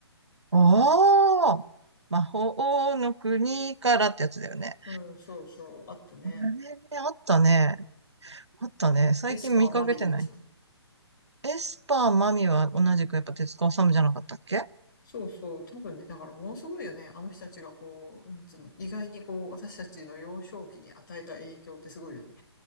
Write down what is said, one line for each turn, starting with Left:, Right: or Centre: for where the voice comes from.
Right: ああ、魔法の国からってやつだよね。
Left: うん、そうそう、あったね。
Right: あれね、あったね。あったね。最近見かけてない。
Left: エスパーマミとかさ。
Right: エスパーマミは同じくやっぱ手塚治虫じゃなかったっけ
Left: そうそう。多分ね、だからものすごいよね。あの人たちがこう、なんつうの、意外にこう、私たちの幼少期に与えた影響ってすごいよね。